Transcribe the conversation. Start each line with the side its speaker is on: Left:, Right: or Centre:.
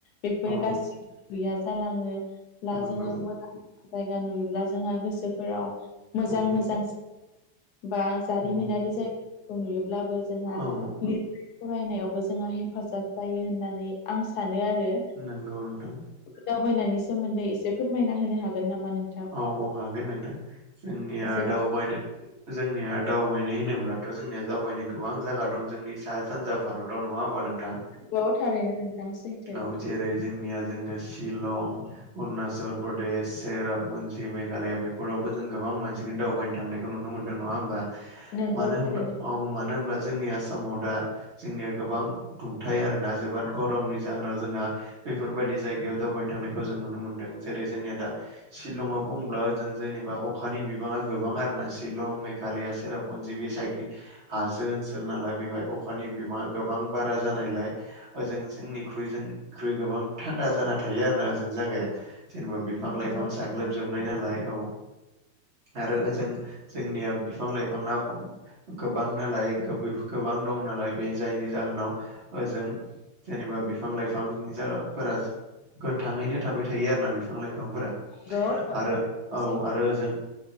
Left: बेफोर
Right: औ
Left: गाससिबो गैया जालाङो।
Right: नंगौ
Left: जोङो मोजां जायगा नुयोब्ला जोंहा गोसोफोराव मोजां
Right: औ
Left: मोजां। बा जारिमिनारि
Right: औ
Left: जायगाफोरखौ नुयोब्लाबो जोंहा।
Right: औ
Left: फरायनायावबो जोंहा हेफाजाब जायो होननानै आं सानो आरो।
Right: नंगौ नोंथां।
Left: दावबायनायनि सोमोन्दै एसे फोरमायना होनो हागोन नामा नों
Right: औ औ हागोन नोंथां जोंनिया
Left: एसे
Right: दावबायनो। जोंनिया दावबायनाय होनोब्लाथ जोंनिया दावबायनो गोबां जाया दं जोंनि साहा सानजा। भारताव नङा होनोमबा नोंथां।
Left: बे थारैनो नोंथां सैथो।
Right: औ जेरै जोंनिया जोङो शिलं अरुनाचल प्रदेश सेर बनसि मेघालया बेफोरावबो जों गोबां मानसिखौनो दावबायनो थांनायखौ नुनो मोनदों नङा होमबा।
Left: नंगौ
Right: मानो
Left: थारैनो
Right: होन औ मानो होनब्ला जोंनि आसामाव दा। जोंनिया गोबां दुंथाय आरोना जोबोद गरमनि जाहोनाव जोंहा। बेफोरबायाददि जायगायाव दावबायनो थांनायखौ जों नुनो मोनदों जेरै जोंनिया दा। शिलंआव बुंब्ला जों जेनेबा अखानि बिबाङा गोबां आर ना शिलं मेघालया सेरा अनजिबि साइकि हाजो ओनसोल नालाय बेवहाय अखानि बिमाङा गोबां बारा जानायलाय। ओजों जोंनिख्रुइ जनिख्रुइ गोबां थान्दा जाना थायो आरो ना ओजों जायगाया। जेनेबा बिफां
Left: नंगौ
Right: लाइफां
Left: थारैनो
Right: साग्लोबजोबनाय नालाय औ। आरो ओजों जोंनिया बिफां लाइफाङा। गोबां नालाय गोबां दं नालाय बे जायनि जाहोनाव ओ जों। जेनेबा बिफां लाइफांनि जागाफोरा। गोथाङैनो थाबाय थायो आरो ना बिफां लाइफांफोरा।
Left: नंगौ थारैनो
Right: आरो औ
Left: सैथो
Right: आरो ओ जों।